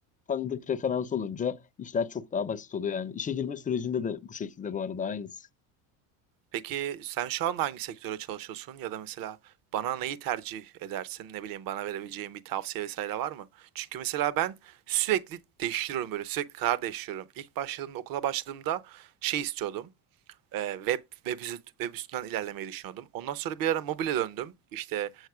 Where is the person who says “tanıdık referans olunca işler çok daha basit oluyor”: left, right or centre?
Left